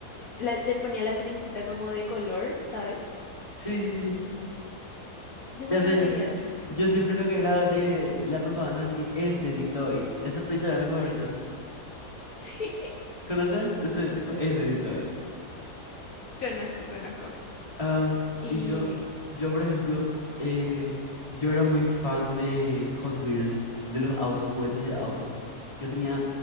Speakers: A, on the left; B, on the left.
A: la, te ponía la trencita como de color, ¿sabes?
B: Sí, sí, sí,
A: Demasiado
B: ya sé ya.
A: quería ese. <laughs>
B: Yo siempre lo que era de la propaganda así es de D-Toys. Esos toys eran mis favoritos.
A: Sí,
B: ¿Conoces? Ese tipo, ese edito ahí.
A: conozco, conozco.
B: Am,
A: Y,
B: y yo, yo, por ejemplo, eh, yo era muy fan de Hot Wheels, de los autos, juguetes de autos. Yo tenía